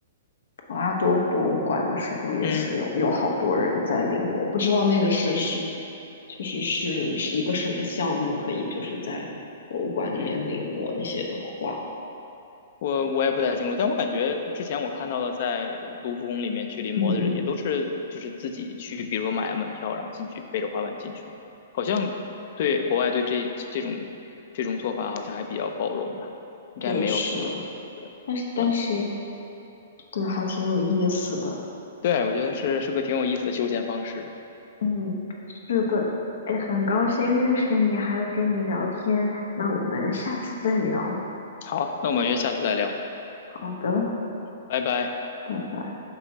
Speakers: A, on the left; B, on the left.
A: 博拉多博物馆的时候，也是有有好多人在临摹，
B: 嗯
A: 不知道那个是是就是是是一个什么项目，可以就是在博物馆里面临摹那些画。
B: 嗯。我我也不太清楚，但我感觉之前我看到了在卢浮宫里面去临摹的人，
A: 嗯嗯，
B: 也都是就是自己去，比如说买了门票，然后进去背着滑板进去，好像对国外对这这种这种做法好像还比较包容吧，应该没有什么。
A: 对，是，
B: 对对
A: 但是但是对，还挺有意思的。
B: 对，我觉得是是个挺有意思的休闲方式。
A: 嗯，是的，哎，很高兴认识你，还有跟你聊天，那我们下次再聊。
B: 好，那我们约下次再聊，
A: 好的，
B: 拜拜。
A: 拜拜。